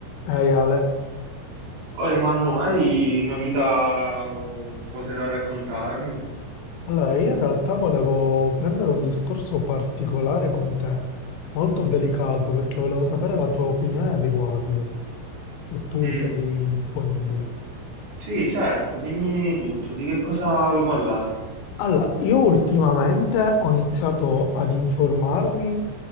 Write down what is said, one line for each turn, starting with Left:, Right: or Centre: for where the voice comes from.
Left: Ehi Ale,
Right: Poi Manu, hai novità o cose da raccontarmi?
Left: allora io in realtà volevo prendere un discorso particolare con te, molto delicato, perché volevo sapere la tua opinione al riguardo, se tu
Right: Mm,
Left: sei disponibile.
Right: Sì, certo, dimmi tutto, di che cosa vuoi parlarmi?
Left: Allora, io ultimamente ho iniziato ad informarmi,